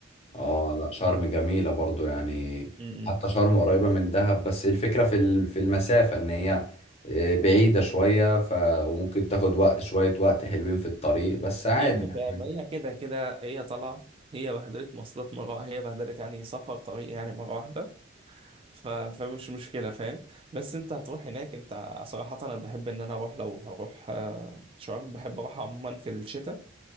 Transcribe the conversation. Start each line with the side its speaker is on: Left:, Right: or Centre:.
Left: اه لا شرم جميله برضو يعني
Right: امم
Left: حتى شرم قريبه من دهب بس الفكره في ال- في المسافه ان هي آه، بعيده شويه ف وممكن تاخد وقت شويه وقت حلوين في الطريق بس عادي
Right: يا عم فاهم
Left: يعني
Right: هي كده كده هي طالعه هي بهدلت مواصلات مره هي بهدلت يعني سفر طريق يعني مره واحده ف... فمش مشكله فاهم بس انت هتروح هناك انت صراحه انا بحب ان انا اروح لو هروح آه، شرم بحب اروح عموما في الشتاء